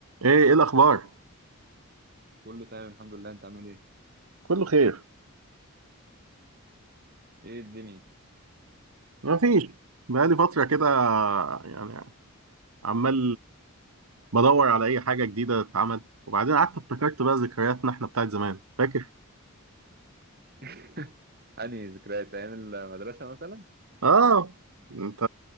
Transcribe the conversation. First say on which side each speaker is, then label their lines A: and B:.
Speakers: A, on the right; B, on the right.
A: ايه ايه الاخبار
B: كله تمام الحمد لله انت عامل ايه
A: كله خير
B: ايه الدنيا
A: ما فيش بقالي فتره كده يعني عمال بدور على اي حاجه جديده تتعمل وبعدين قعدت افتكرت بقى ذكرياتنا احنا بتاعت زمان فاكر
B: <laughs> أنهي ذكريات أيام المدرسة مثلا؟
A: اه انت